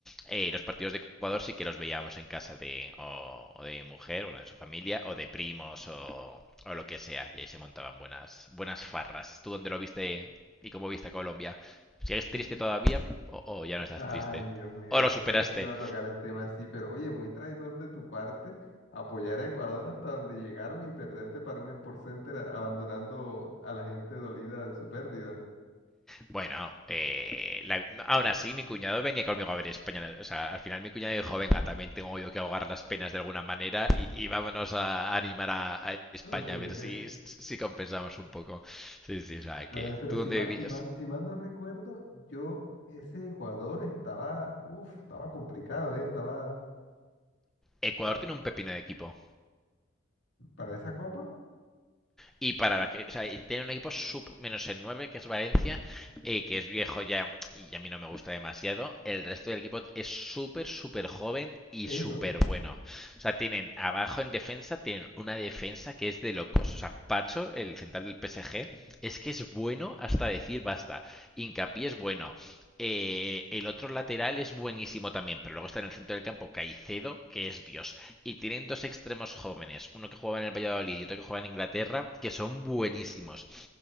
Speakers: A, in the centre; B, on the left.
A: Eh, los partidos de Ecuador sí que los veíamos en casa de, o, o de mujer, bueno, de su familia, o de primos, o, o lo que sea. Y ahí se montaban buenas, buenas farras. ¿Tú dónde lo viste y cómo viste a Colombia? ¿Sigues
B: uy,
A: triste todavía o, o ya
B: pues,
A: no estás
B: ay,
A: triste?
B: Dios mío,
A: ¿O
B: yo
A: lo superaste?
B: sabía que iba a tocar el tema así, pero oye, muy traidor de tu parte apoyar a Ecuador hasta donde llegaron y perderte para un Sport Center a- abandonando a la gente dolida de su pérdida.
A: Bueno, eh, la- aún así mi cuñado venía conmigo a ver España. O sea, al final mi cuñado dijo, venga, también tengo yo que ahogar las penas de alguna manera y, y vámonos a, animar a, a España
B: Ok, ok.
A: a ver si, si compensamos un poco. Sí, sí, o sea,
B: A
A: que
B: ver, pero
A: tú
B: si
A: dónde
B: mal,
A: vivías...
B: si mal, si mal no recuerdo, yo ese Ecuador estaba, uf, estaba complicado, eh, estaba
A: Ecuador
B: ah,
A: tiene un pepino de equipo.
B: para esa copa,
A: Y para la que, o sea, y tiene un equipo sub menos el 9 que es Valencia, eh, que es viejo ya y a mí no me gusta demasiado. El resto del equipo es súper, súper joven y
B: eso.
A: súper bueno. O sea, tienen abajo en defensa, tienen una defensa que es de locos. O sea, Pacho, el central del PSG, es que es bueno hasta decir basta. Hincapié es bueno. Eh, el otro lateral es buenísimo también, pero luego está en el centro del campo Caicedo, que es Dios. Y tienen dos extremos jóvenes, uno que juega en el Valladolid y otro que juega en Inglaterra, que son buenísimos.